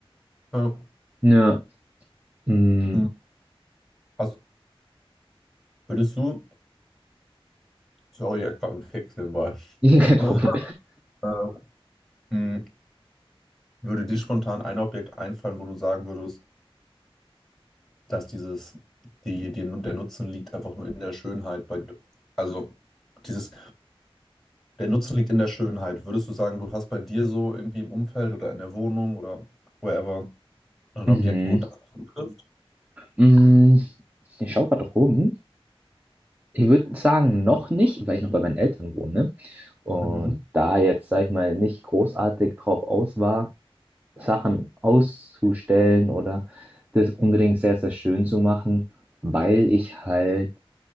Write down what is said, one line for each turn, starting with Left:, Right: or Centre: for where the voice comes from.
Centre: Ja.
Right: Ja, mm,
Centre: Hm. Hast, würdest du, sorry, ich hab grad einen Keks nebenbei.
Right: <laughs> kein
Centre: <laughs>
Right: Problem.
Centre: Äh, hm, Würde dir spontan ein Objekt einfallen, wo du sagen würdest, dass dieses, die, die, der Nutzen liegt einfach nur in der Schönheit bei, also dieses Der Nutzen liegt in der Schönheit. Würdest du sagen, du hast bei dir so irgendwie im Umfeld oder in der Wohnung oder wherever ein
Right: Mhm.
Centre: Objekt, wo das zutrifft?
Right: Mm, ich schaue gerade rum. Ich würde sagen, noch nicht, weil ich noch bei meinen Eltern wohne. ne? Und
Centre: Mhm.
Right: da jetzt, sag ich mal, nicht großartig drauf aus war, Sachen auszustellen oder das unbedingt sehr, sehr schön zu machen, weil ich halt